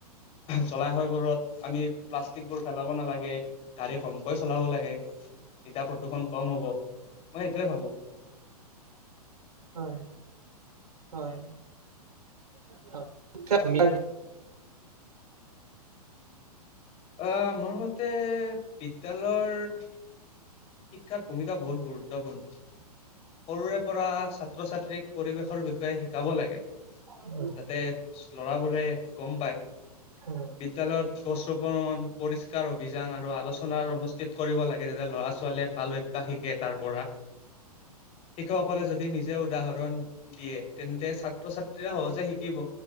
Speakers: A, on the left (about 30°); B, on the right (about 70°).
A: জলাশয়বোৰত আমি প্লাষ্টিকবোৰ পেলাব নালাগে, গাড়ী কম পইচ চলাব লাগে, তেতিয়া প্ৰদূষণ কম হ'ব, মই সেইটোয়ে ভাবো।
B: হয় হয়। <unintelligible>
A: অ মোৰ মতে বিদ্যালয়ৰ শিক্ষাৰ ভূমিকা বহুত গুৰুত্বপূৰ্ণ। সৰুৰে পৰা ছাত্ৰ ছাত্ৰীক পৰিৱেশৰ বিষয়ে শিকাব লাগে।
B: উম,
A: যাতে ল'ৰাবোৰে গম পায়।
B: উম,
A: বিদ্যালয়ত গছ ৰূপন পৰিস্কাৰ অভিযান আৰু আলোচনাৰ অনুষ্ঠান কৰিব লাগে তেতিয়া ল'ৰা ছোৱালীয়ে ভাল অভ্যাস শিকে তাৰ পৰা। শিক্ষকসকলে যদি নিজে উদাহৰণ দিয়ে তেন্তে ছাত্ৰ ছাত্ৰী য়ে সহজে শিকিব।